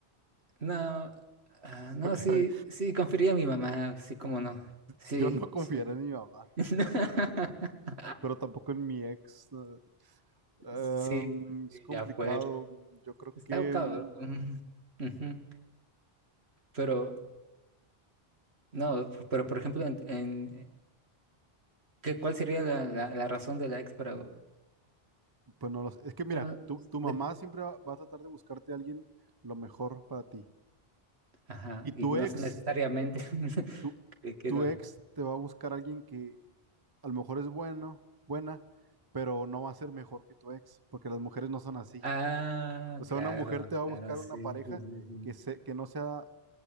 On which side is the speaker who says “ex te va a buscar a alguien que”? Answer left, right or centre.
Right